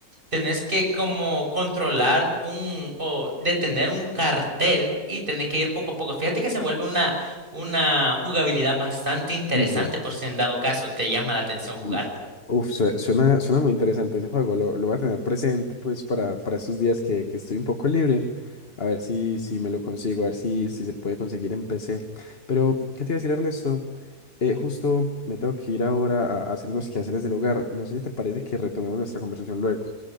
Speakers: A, on the right; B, on the left.
A: tenés que como controlar un o detener un cartel y tenés que ir poco a poco. Fíjate que se vuelve una, una jugabilidad bastante interesante
B: Ve,
A: por
B: pues,
A: si en dado caso te llama la atención jugarlo.
B: mm, Uf, sue- suena, suena muy interesante ese juego. Lo, lo voy a tener presente pues para, para estos días que, que estoy un poco libre. A ver si, si me lo consigo, a ver si, si se puede conseguir en PC. Pero, ¿qué te iba a decir, Ernesto? Eh, justo me tengo que ir ahora a a hacer unos quehaceres del hogar. No sé si te parece que retomemos nuestra conversación luego.